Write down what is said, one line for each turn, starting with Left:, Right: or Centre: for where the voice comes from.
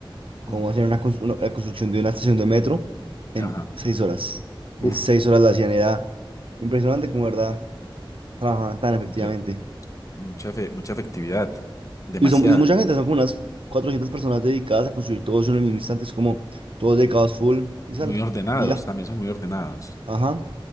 Right: cómo
Left: ujú.
Right: hacer una, cons- una- la construcción de una estación de metro en
Left: Ajá.
Right: seis horas. En
Left: Uf,
Right: seis horas la hacían, era impresionante como, verdad, trabajaban tan efectivamente.
Left: mucha, mucha, fe- mucha efectividad, demasiada.
Right: Y son y mucha gente, son como unas 400 personas dedicadas a construir todo eso en el mismo instante. Es como todos dedicados full y sale.
Left: Muy ordenados,
Right: Y ya.
Left: también son muy ordenados.
Right: Ajá.